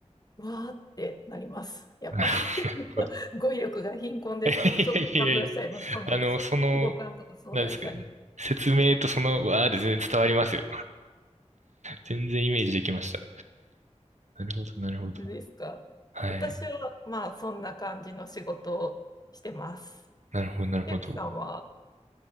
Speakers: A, on the left; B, on the right.
A: わーってなります。やっぱり
B: なる
A: <laughs> ちょっと
B: ほど。
A: <laughs> 語彙力が貧困ですけど、
B: いやいやいや、
A: ちょっと感動しちゃいます。その、
B: あの、
A: そう、
B: その、
A: 規模感とか壮大さに。
B: 何ですかね。説明とその、わーで全然伝わりますよ。全然イメージできました。なるほど、なるほど。
A: 本当ですか。
B: はい。
A: 私は、まあ、そんな感じの仕事をしてます。
B: なるほど、なるほど。
A: ゆうきさんは、